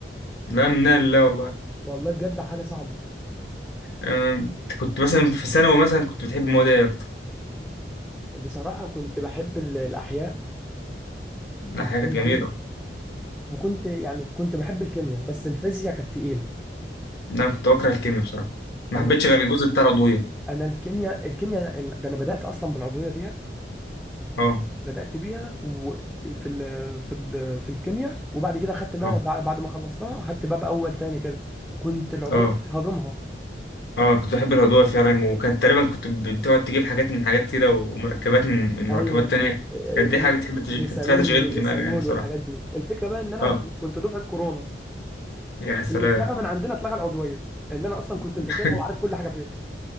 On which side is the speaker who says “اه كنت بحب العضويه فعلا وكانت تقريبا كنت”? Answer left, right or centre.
Left